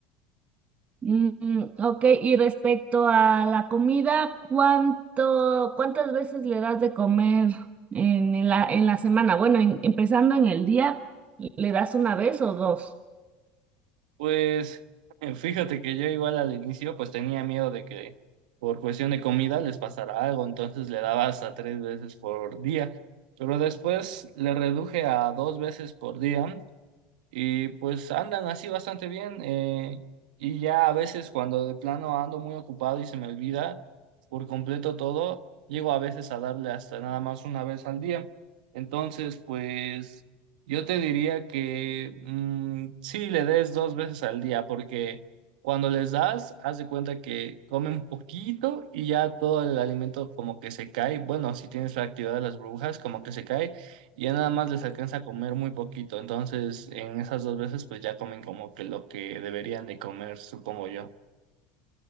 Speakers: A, on the right; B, on the right.
A: Mm, ok, y respecto a la comida, ¿cuánto, cuántas veces le das de comer en, en la, en la semana? Bueno, en- empezando en el día, ¿le das una vez o dos?
B: Pues eh, fíjate que yo igual al inicio pues tenía miedo de que por cuestión de comida les pasara algo, entonces le daba hasta tres veces por día, pero después le reduje a dos veces por día Y pues andan así bastante bien. eh, y ya a veces cuando de plano ando muy ocupado y se me olvida por completo todo, llego a veces a darle hasta nada más una vez al día. Entonces, pues yo te diría que mm, sí le des dos veces al día, porque cuando les das, haz de cuenta que comen poquito y ya todo el alimento como que se cae. Bueno, si tienes la actividad de las burbujas, como que se cae y ya nada más les alcanza a comer muy poquito. Entonces, en esas dos veces, pues ya comen como que lo que deberían de comer, supongo yo.